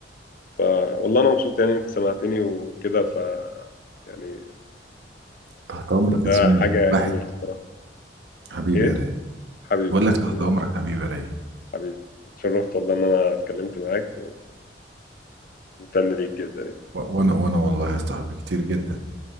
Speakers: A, on the left (about 50°); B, on the right (about 75°).
A: فوالله أنا مبسوط يعني أنت سمعتني وكده ف يعني
B: تحت امرك
A: ده
B: يا زميلي
A: حاجة
B: يا واحد
A: جميلة بصراحة
B: حبيبي
A: إيه
B: يا رايق
A: حبيبي
B: بقول لك تحت
A: حبيبي
B: امرك حبيبي يا رايق
A: حبيبي اتشرفت والله إن أنا اتكلمت معاك وممتن ليك جدا يعني
B: و- وانا وانا والله يا صاحبي كتير جدا يعني